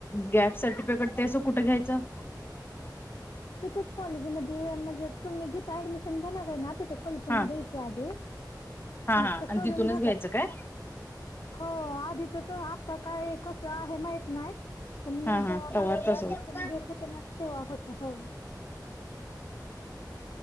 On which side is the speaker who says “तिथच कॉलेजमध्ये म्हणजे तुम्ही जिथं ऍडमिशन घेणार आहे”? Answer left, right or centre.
Left